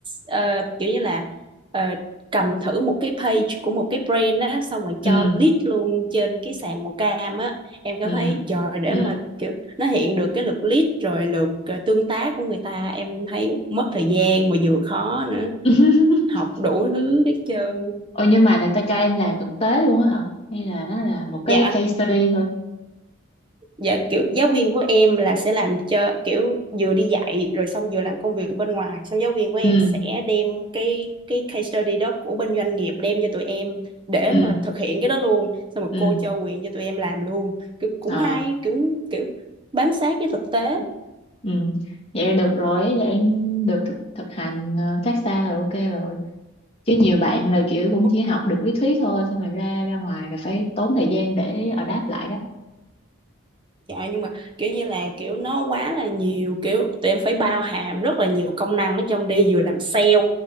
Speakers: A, on the right; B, on the left.
A: ờ, kiểu như là ờ, cầm thử một cái page của một cái brand á xong rồi
B: ừ
A: cho lead luôn trên cái sàn màu cam á em
B: ừ
A: cảm thấy trời để
B: ừ
A: mà kiểu nó hiện được cái lượt lead rồi lượt ờ, tương tác của người ta em thấy mất thời gian mà vừa khó nữa
B: ừ <laughs>
A: học đủ thứ hết trơn
B: Ôi nhưng mà người ta cho em làm thực tế luôn á hả? Hay là nó là một cái
A: Dạ,
B: case study thôi?
A: dạ kiểu giáo viên của em là sẽ làm cho kiểu vừa đi dạy rồi xong vừa làm công việc bên ngoài, xong giáo viên của em
B: Ừ,
A: sẽ đem cái cái case study đó của bên doanh nghiệp đem cho tụi em để
B: ừ,
A: mà thực hiện cái đó luôn, xong rồi
B: ừ,
A: cô cho quyền cho tụi em làm luôn. Kiểu cũng
B: à
A: hay, kiểu kiểu bám sát cái thực tế.
B: ừ. Vậy là được rồi, là em được thực thực hành ờ, phát xa là ok rồi. Chứ nhiều bạn là kiểu cũng
A: Ủa,
B: chỉ học được lý thuyết thôi, xong rồi ra ra ngoài là phải tốn thời gian để adapt lại đó.
A: Dạ nhưng mà kiểu như là kiểu nó quá là nhiều kiểu tụi em phải bao hàm rất là nhiều công năng ở trong đi vừa làm sale